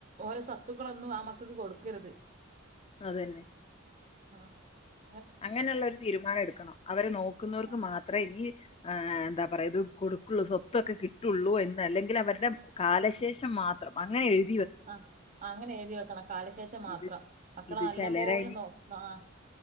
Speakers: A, on the right (about 40°); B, on the left (about 30°).
A: ഓരുടെ സ്വത്തുക്കളൊന്നും ആ മ ത്ക് കൊടുക്കരുത്
B: അതെ
A: ആ
B: അങ്ങനെയുള്ള ഒരു തീരുമാനം എടുക്കണം അവരെ നോക്കുന്നവർക്ക്
A: ആഹ്
B: മാത്രേ ഇനി ആ എന്താ പറയാ ഇത് കൊടുക്കുള്ളൂ സ്വത്തൊക്കെ കിട്ടുള്ളൂ എന്ന് അല്ലെങ്കിൽ അവരുടെ കാലശേഷം മാത്രം അങ്ങനെ എഴു
A: ആ അങ്ങനെ എഴുതി വെക്കണം കാലശേഷം മാത്രം
B: ഇത്
A: മക്കള്
B: ഇത്
A: നല്ലം
B: ചിലരെ
A: പോലെ നോ അ ആ